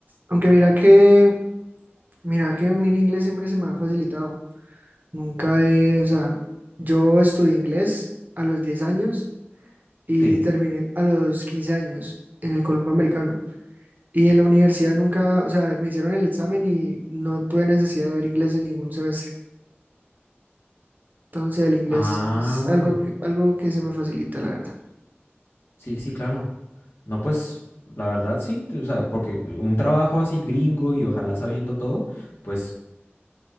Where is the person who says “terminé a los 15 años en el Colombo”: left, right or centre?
Right